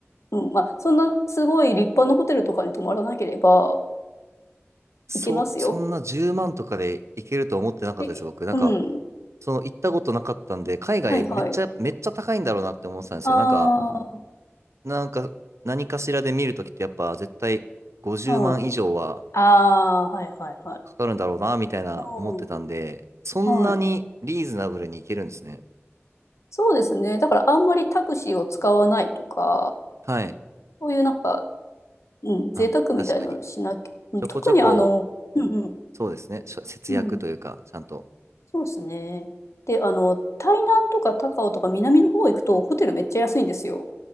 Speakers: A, on the left; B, on the right.
A: うん、まあ、そんなすごい立派なホテルとかに泊まらなければ
B: そ、
A: 行けますよ。
B: そんな10万とかで行けると思ってなかったです、
A: え、
B: 僕。なんか、
A: うん。
B: その行ったことなかったんで、海外めっちゃ、
A: はいはい。
B: めっちゃ高いんだろうなって思ってたんですよ。
A: あ
B: なんか、なんか、何かしらで見るときってやっぱ絶対50万以上はなんか
A: あ、はい。ああ、はいはいはい。
B: かかるんだろうな、みたいな思ってたんで、
A: うん、
B: そんなにリーズナブルに行けるんですね。
A: はい。そうですね。だからあんまりタクシーを使わないとか、
B: はい。
A: そういうなんか、うん、贅沢みたいなのしなきゃ、
B: あ、確かに。
A: うん、
B: ちょこちょこ、
A: 特にあの、うんうん。
B: そうですね。しょ節約というか、
A: うん
B: ちゃんと。
A: そうですね。で、あの、台南とか高雄とか南の方行くとホテルめっちゃ安いんですよ。